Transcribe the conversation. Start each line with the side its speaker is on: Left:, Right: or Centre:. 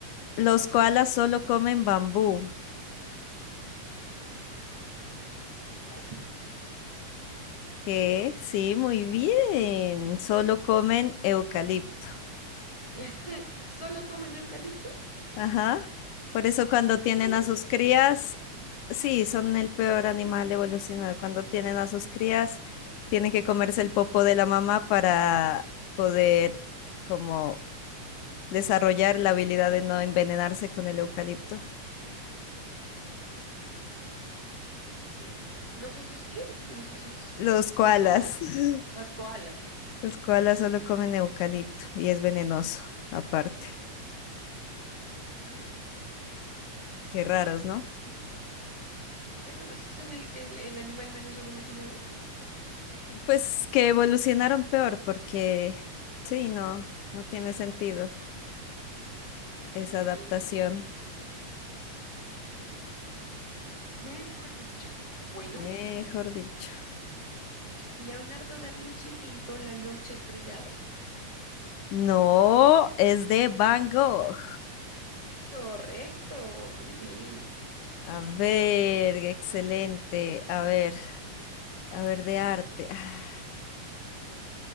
Left: los koalas solo comen bambú.
Right: Falso.
Left: Que sí, muy bien. Solo comen eucalipto.
Right: <laughs> ¿Solo comen eucalipto?
Left: Ajá. Por eso cuando tienen
Right: ¿Solo
Left: a
Right: eso?
Left: sus crías, sí, son el peor animal evolucionado. Cuando tienen a sus crías, tienen que comerse el popo de la mamá para poder como desarrollar la habilidad de no envenenarse con el eucalipto.
Right: Ah, ¿En serio? ¿Los osos qué? ¿Son los osos
Left: Los koalas.
Right: panda?
Left: <laughs>
Right: Las koalas.
Left: Los koalas solo comen eucalipto y es venenoso, aparte.
Right: Ay.
Left: Qué raros, ¿no?
Right: ¿no? Qué raro, si son el, el- el animal menos evolucionado.
Left: Pues que evolucionaron peor porque sí, no, no tiene sentido esa adaptación,
Right: Mm, Mejor dicho. Bueno,
Left: mejor dicho.
Right: Leonardo da Vinci pintó La noche estrellada.
Left: No, es de Van Gogh.
Right: Correcto, muy bien.
Left: A ver, excelente. A ver, a ver, de arte. Ah,